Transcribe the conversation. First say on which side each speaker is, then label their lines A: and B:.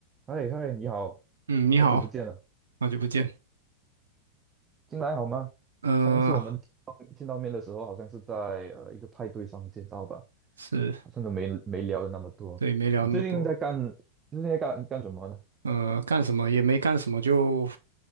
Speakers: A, on the right; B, on the right.
A: 嗨嗨，你好，
B: 嗯，你好，
A: 好久不见了，
B: 好久不见。
A: 近来好吗？
B: 呃，
A: 上一次我们见到面的时候，好像是在呃一个派对上见到吧，
B: 是，
A: 好像都没没聊的那么多。
B: 对，没聊那么多。
A: 你最近在干，最近在干干什么呢？
B: 呃，干什么也没干什么，就